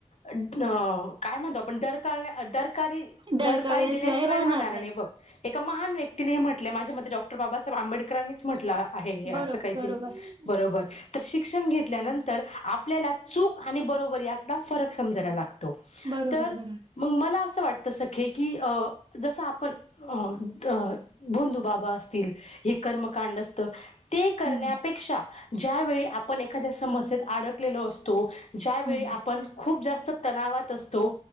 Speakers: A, on the left; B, on the right.
A: काय म्हणतो आपण डर का डरकारी
B: धडकळल्याशिवाय
A: डरकाळी देण्याशिवाय राहणार आणि
B: नाही
A: बघ एक का महान व्यक्तीने म्हटलय माझ्या मते डॉक्टर बाबासाहेब आंबेडकरांनीचं म्हटल आहे हे
B: बरोबर
A: अस काहीतरी
B: बरोबर
A: बरोबर तर शिक्षण घेत तल्या नंतर आपल्याला चूक आणि बरोबर यातला फरक समजायला लाग तो
B: बरोबर,
A: टर
B: बरोबर.
A: मंग मला अस वाटत सखे की अ जसं आपण अ त भोदुबाबा असतील हे कर्मकांड असत ते करण्यापेक्षा
B: हं,
A: ज्यावेळी आपण एखाद्या समस्येत अडकलेलो असतो ज्यावेळी
B: हं,
A: आपण
B: हं.
A: खूप जास् त तणावात असतो